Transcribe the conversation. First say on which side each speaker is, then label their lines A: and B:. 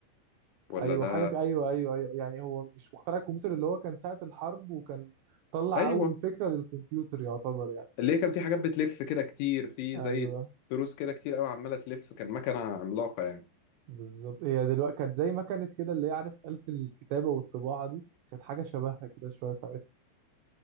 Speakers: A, on the left (about 80°); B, on the right (about 85°).
A: ولا
B: ايوه
A: ده
B: حاجه ايوه ايوه ايوه يعني هو مش مخترع الكمبيوتر اللي هو كان ساعه الحرب وكان طلع
A: ايوه
B: اول فكره للكمبيوتر يعتبر يعني
A: اللي هي كان في حاجات بتلف كده كتير في
B: ايوه
A: زي تروس كده كتير قوي عماله تلف كان مكنه عملاقه يعني
B: بالظبط هي دلوقتي كانت زي ما كانت كده اللي هي عارف آلة الكتابه والطباعه دي كانت حاجه شبهها كده شويه ساعتها